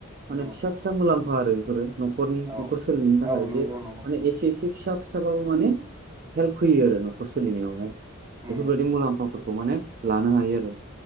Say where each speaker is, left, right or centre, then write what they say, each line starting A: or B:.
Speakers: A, on the right; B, on the right.
A: माने
B: उम
A: फिसा - फिसा मुलाम्फा आरो बेफोरो। न'खरनि
B: औ
A: न'खर सोलिनायनि थाखाय
B: औ नंगौ
A: जे
B: नंगौ
A: माने एखे एखे एसे फिसा फिसाबाबो माने हेल्प होयो आरो न'खर सोलिनायावहाय
B: उम
A: बेफोरबायदि मुलाम्फाफोरखौ खौ माने लानो हायो आरो